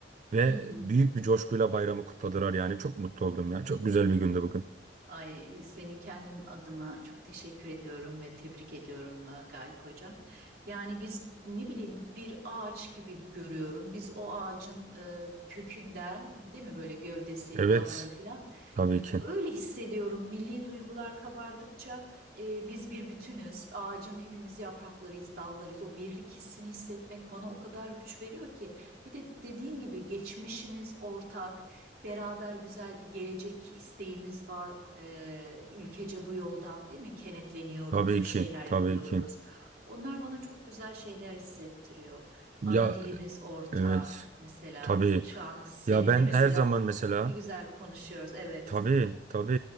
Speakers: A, on the right; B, on the right.
A: ve
B: Hı hı.
A: büyük bir coşkuyla bayramı kutladılar yani. Çok mutlu oldum ya. Çok güzel bir gündü bugün.
B: Ay, seni kendim adına çok teşekkür ediyorum ve tebrik ediyorum e, Galip Hocam. Yani biz ne bileyim bir ağaç gibi görüyorum. Biz o ağacın e, kökünden değil mi böyle gövdesi,
A: Evet,
B: dalları filan
A: tabii ki.
B: Öyle hissediyorum. Milli duygular kabardıkça e, biz bir bütünüz. Ağacın hepimiz yapraklarıyız, dallarıyız. O birlik hissini hissetmek bana o kadar güç veriyor ki. Bir de dediğin gibi geçmişimiz ortak, beraber güzel bir gelecek isteğimiz var. E, ülkece bu yolda, değil mi? Kenetleniyoruz,
A: Tabii
B: bir
A: ki,
B: şeyler
A: tabii
B: yapıyoruz.
A: ki.
B: Onlar bana çok güzel şeyler hissettiriyor.
A: Ya
B: Ana dilimiz ortak.
A: evet,
B: Mesela
A: tabii.
B: şu an seninle
A: Ya ben
B: mesela
A: her zaman mesela
B: ne güzel konuşuyoruz. Evet.
A: Tabii tabii